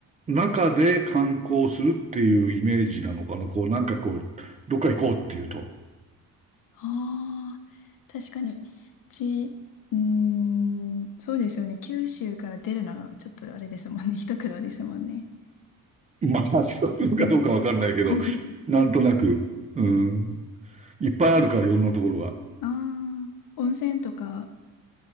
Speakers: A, on the right; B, on the left.
A: 中で観光するっていうイメージなのかな。こう、なんかこう、どっか行こうっていうと。
B: ああ、確かに。ち、うーん、そうですよね。九州から出るのがちょっとあれですもんね。一苦労ですもんね。
A: まあ、<laughs> そういうのかどうかわかんないけど、
B: うん <laughs>
A: なんとなく、うん。いっぱいあるから、いろんなところが。
B: ああ、温泉とか